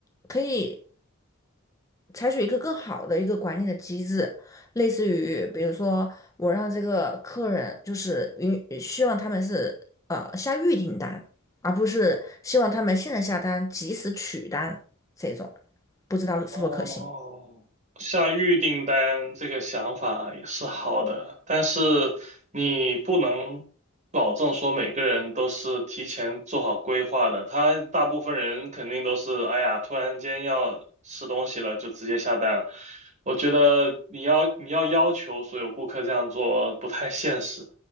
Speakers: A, on the left; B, on the right.
A: 可以采取一个更好的一个管理的机制，类似于比如说我让这个客人就是允希望他们是呃下预订单，而不是希望他们现在下单及时取单这种，不知道是否可行。
B: 哦，下预订单这个想法也是好的，但是你不能保证说每个人都是提前做好规划的。他大部分人肯定都是，哎呀，突然间要吃东西了，就直接下单了。我觉得你要你要要求所有顾客这样做不太现实。